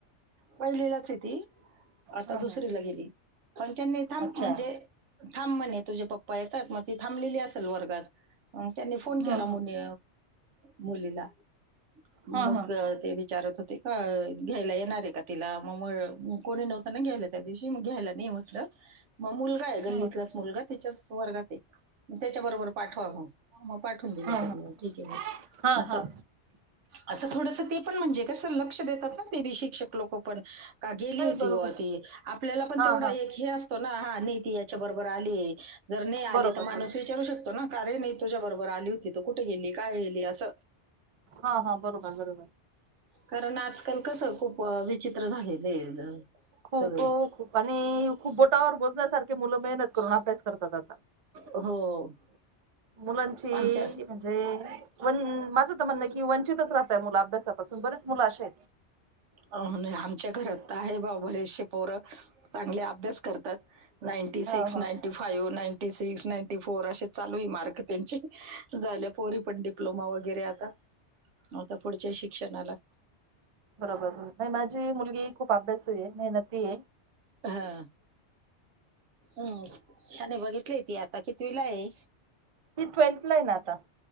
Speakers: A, on the right; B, on the right.
A: पहिलीलाच आहे ती आता
B: हा
A: दुस
B: हा
A: गेली. पण त्यांनी थांब
B: अच्छा
A: म्हणजे थांब म्हणे. तुझे पप्पा येतात. मग ती थांबलेली असेल वर्गात. त्यांनी फोन
B: हा
A: केला. मुनी
B: हा
A: मुलीला मग
B: हा हा
A: ते विचारत होते. ह, घ्यायला येणार आहे का तिला मग म कोणी नव्हता ना गेलेत. घ्यायला नाहीये म्हटलं, मग मुलगा आहे. गल्लीतलाच
B: हा
A: मुलगा तिच्याच वर्गात ये, मग त्याच्या बरोबर पाठवा मग, मग पाठवून दिलं
B: हा
A: त्यांनी,
B: हा
A: ठीक ये मग
B: हा
A: अस,
B: हा
A: अस थोडसं ते पण म्हणजे लक्ष देता. पाहतात ते बी शिक्षक लोक पण. का गेली
B: नाही
A: होती
B: बरोबर
A: बा ती? आपल्याला पण
B: हा
A: तेवढा
B: हा
A: एक हे असतो ना, हा नाही ती याच्या बरोबर आली. जर नाही आली,
B: बरोबर
A: तर माणूस
B: बरोबर
A: विचारू शकतो ना, कारे नाही तुझ्या बरोबर आली होती तर कुठे गेली? कायली अस
B: हा हा बरोबर बरोबर
A: कारण आजकाल कस खूप प विचित्र झाले. लेलं
B: खूप
A: त <unintelligible>
B: खूप आणि खूप बोटावर बोजण्यासारखे मुलं मेहनत करून अभ्यास करतात आता.
A: हो.
B: मुलांची
A: आमच्या
B: म्हणजे माझं तर म्हणणं की वंचितच राह मूल अभ्यासा. अजून बरेच मुलं असे आहेत.
A: अ नाही आमच्या घरात तर आहे बाबा बरेचसे चांगले अभ्यास. करतात. नाईन्टी
B: हो
A: सिक्स,
B: हो
A: ninety five, ninety ninety six. Ninety four असे चालू आहे मार्क्स त्यांचे. झाल्या पोरी पण डिप्लोमा वगैरे आता. आता पुढच्या शिकषणाला
B: बरोबर. नाय माझी ही मुलगी खूप अभ्यासू आहे, मेहनती आहे
A: हा हम्म. शाने बघितली ती आता कितवीला आहे
B: ती ट्वेल्थ ला आहे ना आता.